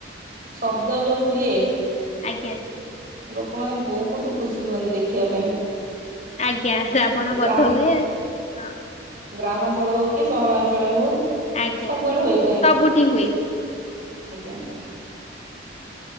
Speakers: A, on the right (about 50°); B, on the left (about 35°).
A: ଶବ୍ଦ ଯୋଉ ହୁଏ
B: ଆଜ୍ଞା।
A: ଲୋକମାନେ ବହୁତ ଖୁସି ହୁଅନ୍ତି ଦେଖିବା ପାଇଁ।
B: ଆଜ୍ଞା ଶାବଣ
A: ଏ ଗ୍ରାମ
B: ବଧ ହୁଏ ଆଉ ହଁ।
A: ଗ୍ରାମାଞ୍ଚଳ ହଉ କି ସହରାଞ୍ଚଳ ହଉ
B: ଆଜ୍ଞା।
A: ସବୁଆଡେ ହୋଇଥାଏ।
B: ସବୁଠି ହୁଏ
A: ଆଜ୍ଞା।